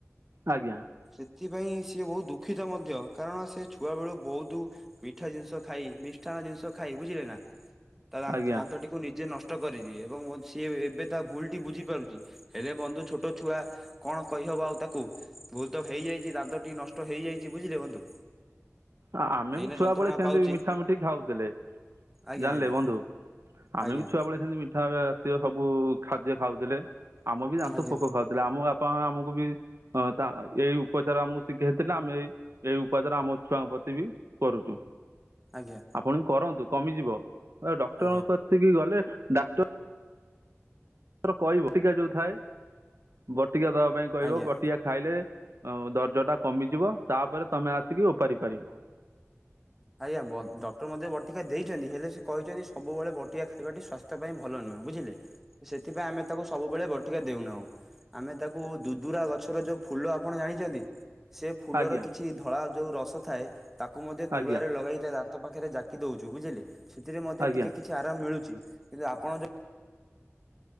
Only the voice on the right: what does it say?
ଆଜ୍ଞା
ଆଜ୍ଞା
ଆ ଆମେ
ବି ଛୁଆବେେଳେ
ସେମିତି
ମିଠା ମିଠି ଖାଉଥିଲେ।
ଜାଣିଲେ
ବନ୍ଧୁ ଆମେ
ବି ଛୁଆ ବେଳେ ସେମିତି ମି ତା ହେଲେ ଜାତୀୟ ସବୁ ଖାଦ୍ୟ ଖାଉଥିଲେ ଆମ ବି ଦାନ୍ତ
ପୋକ ଖାଉ ସେଟା ଆମୁ ଆପଣ ଆମକୁ ବି, ହଁ ତା ଏଇ ଉପଚାର ଆମକୁ ଶିଖେଥିଲେ ଆମେ ଏଇ-ଏଇ ଉପଚାର ଆମ, ଛୁଆ ବତିବି କରୁଛୁ,
ପୁଣି କରନ୍ତୁ କମିଯିବ ଏ ଡକ୍ଟରଙ୍କ
କତିକି ଗଲେ ଡାକ୍ଟର୍, କହିବ ବଟିକା ଯୋଉ ଥାଏ ବଟିକା ଦବା ପାଇଁ କହିବ
ବଟିକା, ଖାଇଲେ ଆଉ ଦରଜ ଟା କମିଯିବ ତାପରେ ତମେ ଆସିକି ଓପାରି ପାରିବ,
ଆଜ୍ଞା
ଆଜ୍ଞା
ଆଜ୍ଞା